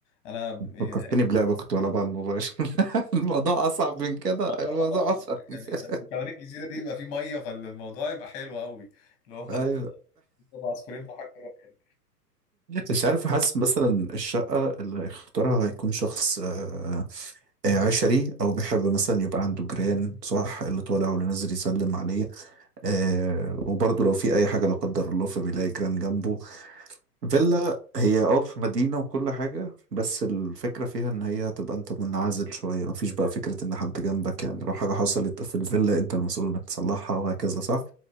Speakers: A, on the left; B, on the right.
A: انا
B: فكرتني بلعبة
A: <laughs>
B: كنت بلعبها على الموبايل <laughs> الموضوع اصعب من كده
A: آه،
B: الموضوع
A: آه،
B: اصعب من
A: يعني
B: كده
A: وكمان الجزيرة دي يبقى فيه مية فالموضوع يبقى حلو قوي اللي هو
B: ايوه
A: <laughs> عصفورين بحجر واحد.
B: مش عارف حاسس مثلا الشقة اللي هيختارها هيكون شخص آه، آه، عشري أو بيحب مثلا يبقى عنده جيران صح اللي طالع واللي نازل يسلم عليه آه، وبرضه لو في أي حاجة لا قدر الله فبيلاقي جيران جنبه فيلا هي اه في مدينة وكل حاجة بس الفكرة فيها إن هي تبقى أنت منعزل شوية مفيش بقى فكرة إن حد جنبك يعني لو حاجة حصلت في الفيلا أنت المسؤول إنك تصلحها وهكذا صح